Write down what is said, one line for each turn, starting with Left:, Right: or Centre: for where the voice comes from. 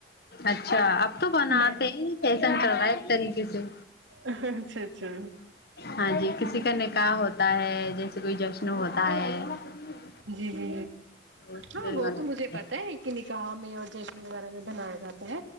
Left: اچھا اب تو بناتے
Right: میں
Left: ہیں یہ فیشن چل رہا ہے ایک طریقے سے
Right: آ ہا اچھا اچھا
Left: ہاں جی کسی کا نکاح ہوتا ہے جیسے کوئی جشن ہوتا ہے تو
Right: جی جی
Left: اس
Right: ہاں
Left: میں
Right: وہ
Left: بناتے
Right: تو مجھے
Left: ہیں
Right: پتہ ہے کہ نکاح میں اور جشن وغیرہ میں بنایا جاتا ہے